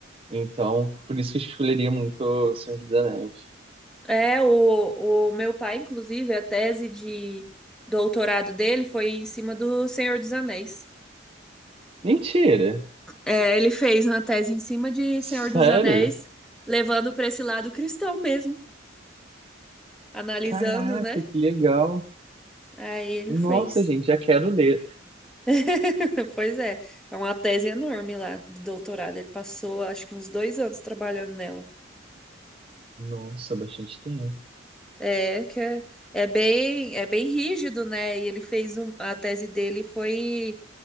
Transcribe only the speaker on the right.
Então, por isso que eu escolheria muito O Senhor dos Anéis.
Mentira!
Sério?
Caraca,
que legal!
Nossa,
gente, já quero ler.
Nossa, bastante tempo.